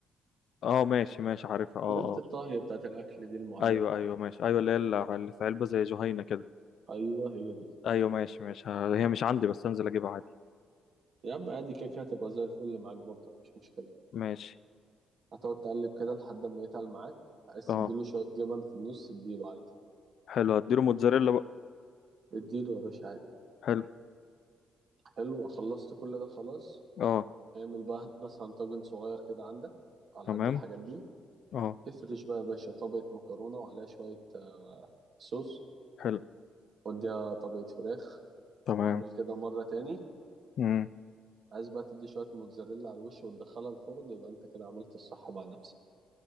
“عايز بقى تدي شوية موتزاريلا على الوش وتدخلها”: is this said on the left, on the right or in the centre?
Right